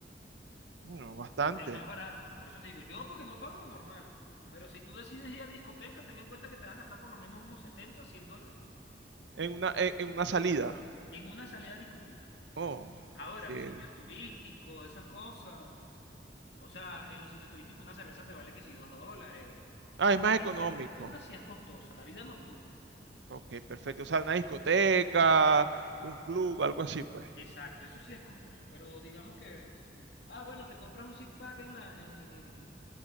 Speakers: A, on the right (about 85°); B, on the left (about 70°).
A: bueno, bastante.
B: El más barato. Por eso te digo, yo porque no tomo normal. Pero si tú decides ir a discoteca, ten en cuenta que te vas a gastar por lo menos unos 70 a 100 dólares
A: En una, en, en una salida.
B: en una salida a discoteca.
A: Oh,
B: Ahora,
A: sí.
B: sitios turísticos, esas cosas. O sea, en los sitios turísticos una cerveza te vale que si 2 dólares.
A: Ah, es más
B: Pero
A: económico.
B: la vida nocturna sí es costosa, la vida nocturna.
A: Ok, perfecto. O sea, una discoteca, un club, algo así, pues.
B: Exacto, eso sí es costoso, pero digamos que, ah, bueno, te compras un six pack en la, en, en, en-